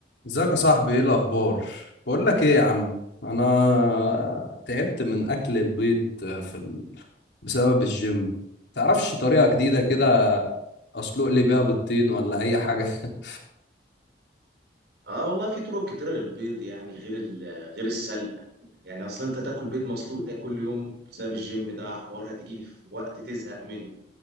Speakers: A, on the left; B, on the right.
A: ازيك يا صاحبي ايه الاخبار بقول لك ايه يا عم انا تعبت من اكل البيض في ال... بسبب الجيم تعرفش طريقة جديدة كده اسلق لي بيها بيضتين ولا اي حاجة <laughs>
B: اه والله في طرق كتيرة للبيض يعني غير ال- غير السلق يعني اصلا انت تاكل بيض مسلوق ده كل يوم بسبب الجيم ده حوار هتيجي في وقت تزهق منه